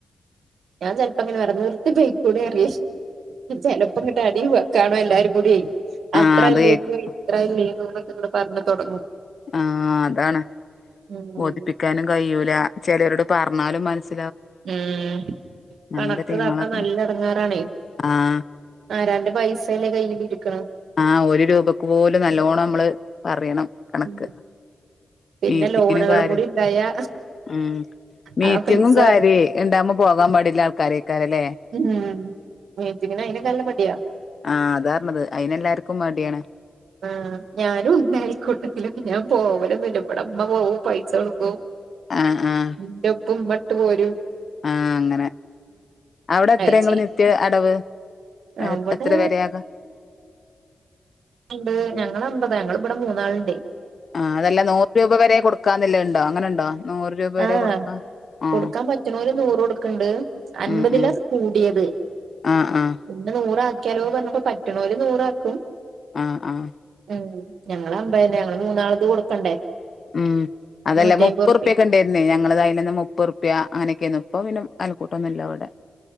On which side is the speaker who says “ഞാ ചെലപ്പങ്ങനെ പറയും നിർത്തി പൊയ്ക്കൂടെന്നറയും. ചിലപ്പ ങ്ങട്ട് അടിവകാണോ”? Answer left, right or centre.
Right